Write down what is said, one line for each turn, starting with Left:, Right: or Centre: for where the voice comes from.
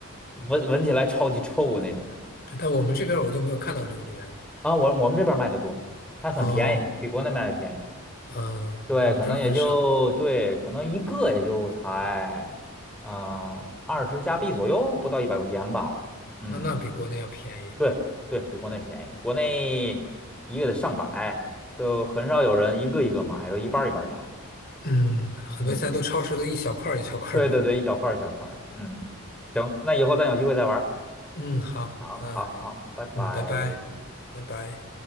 Centre: 闻闻起来超级臭的那种
Left: <laughs> 对，但我们这边儿我都没有看到榴莲。
Centre: 啊。我我们这边卖的多，还很便宜，
Left: 哦，
Centre: 比国内卖的便宜。
Left: 嗯，
Centre: 对，
Left: 我们这儿很少，
Centre: 可能也就对，可能一个也就才嗯二十加币左右，不到一百块钱吧。嗯。
Left: 那那比国内要便宜。
Centre: 对对，比国内便宜，国内一个得上百，都很少有人一个一个买，都一半儿一半儿买。
Left: 嗯，很多现在都超市都一小块儿一小块儿买。
Centre: 嗯，对对对，一小块儿一小块儿的。嗯，行，那以后咱有机会再玩儿
Left: 嗯，好，
Centre: 好，
Left: 嗯、
Centre: 好，好，拜拜。
Left: 嗯，拜拜，拜拜。